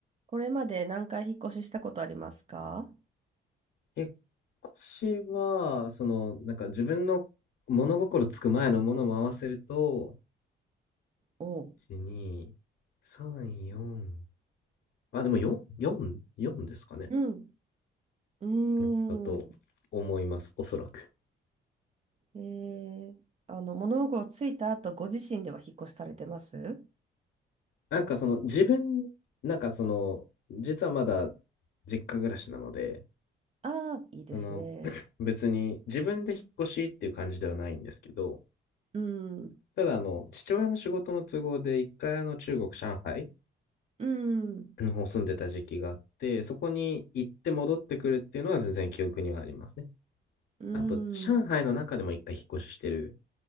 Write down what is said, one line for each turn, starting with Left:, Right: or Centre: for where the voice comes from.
Right: これまで何回引っ越ししたことありますか
Left: 引っ越しは、その、なんか自分の物心つく前のものも合わせると、
Right: おう。
Left: 1、2、3、4。あ、でも4、4、4ですかね。
Right: うん。うーん。
Left: うんだと思います、おそらく。
Right: えー、あの、物心ついた後、ご自身では引っ越しされてます
Left: なんかその自分、なんかその、実はまだ実家暮らしなので、
Right: ああー、いいですね。
Left: あの、<clears throat> 別に自分で引っ越しっていう感じではないんですけど、
Right: うん。
Left: ただあの、父親の仕事の都合で一回あの中国、上海
Right: うん。
Left: の方住んでた時期があって、そこに行って戻ってくるっていうのは全然記憶にはありますね。
Right: う
Left: あと、上海の中でも一回引っ越ししてる。
Right: ん。